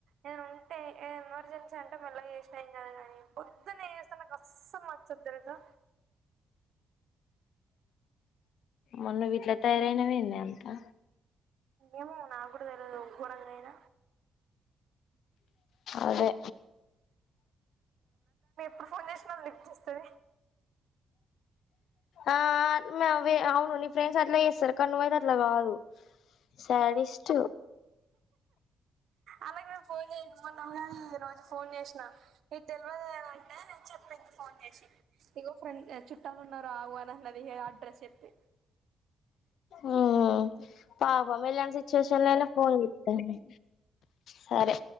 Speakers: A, on the right; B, on the left.
A: నేను ఉంటే ఏ ఎమర్జెన్సీ అంటే మల చేసినా ఏం కాదు కాని పొద్దున్న చేస్తే నాక్ అసల్ నచ్చదు తెల్సా
B: మొన్న వీట్ల తయారయినదె అంతా
A: ఏమో నాగ్గూడా తెలవదు కూరం గైన
B: అదె
A: ఇప్పుడు ఫోన్ చేస్తున్న లిఫ్ట్ చేస్తది
B: ఆ అట్నె అవు అవును నీ ఫ్రెండ్స్ అట్లా చేస్తారు కానీ నువైయితే అట్లా కాదు శాడిస్ట్
A: అలా గూడా ఫోన్ చేయించు కుంటా కదా అ ఫోన్ చేసినా నీక్ తెల్వదే ఉంటే మీక్ ఫోన్ చేసి ఇగో ఫ్రెడ్ టచ్ ఇట్టను ఉన్నార ఆవ నన్నది అడ్రెస్ చెప్తే
B: ఉమ్ <unintelligible> సిట్యుయేషన్ లోయిన ఫోన్ చూత్తుండ్నే సరె